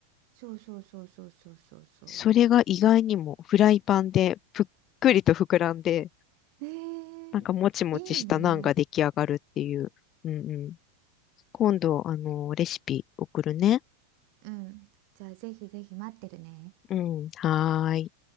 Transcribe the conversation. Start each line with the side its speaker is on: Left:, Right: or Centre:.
Right: そうそうそうそうそうそうそう。
Left: それが意外にもフライパンでぷっくりと膨らんで、
Right: ね
Left: なんかもちもちしたナンが出来上がるっていう。
Right: え、いいね。
Left: うんうん。今度、あの、レシピ送るね。
Right: うん、じゃあ、ぜひぜひ待ってるね。
Left: うん。はーい。